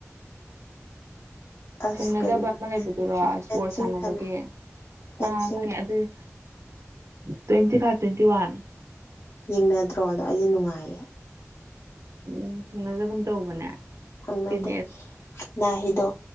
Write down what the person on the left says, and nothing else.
ꯑꯁ
ꯀꯩꯅꯣ
ꯐꯦꯟꯁꯤꯡ
ꯁꯥꯟꯅ ꯐꯦꯟꯁꯤꯡ
ꯌꯦꯡꯅꯗ꯭ꯔꯣ ꯑꯗꯣ ꯑꯩꯗꯤ ꯅꯨꯡꯉꯥꯏꯌꯦ
ꯊꯨꯡꯅꯗꯦ
ꯅꯥꯍꯤꯗꯣ